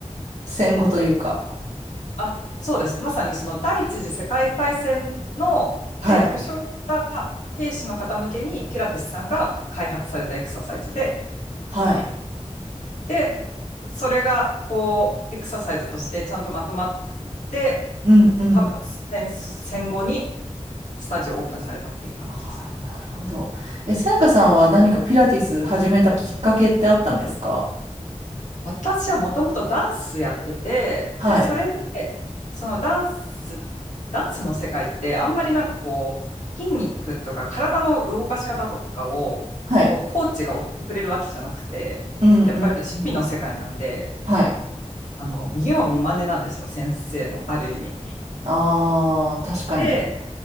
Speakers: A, on the right; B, on the left.
A: 戦後というか。
B: あ、そうです。まさにその第一次世界大戦の、
A: はい。
B: で、負傷した兵士の方向けにピラティスさんが開発されたエクササイズで、
A: はい。
B: で、それがこう、エクササイズとしてちゃんとまとまって、
A: うんうん。
B: 多分戦、戦後にスタジオをオープンされたっていう感じですね。
A: あ、なるほど。え、さやかさんは何かピラティス始めたきっかけってあったんですか
B: 私はもともとダンスやってて、
A: はい。
B: で、それで、そのダンス、ダンスの世界ってあんまりなんかこう、筋肉とか体の動かし方とかを、
A: はい。
B: こう、コーチが教えてくれるわけじゃなくて、
A: うんうんうん。
B: やっぱり趣味の世界なんで、
A: はい。
B: あの、見よう見まねなんですよ、先生の、ある意味。
A: ああ、確かに。
B: で、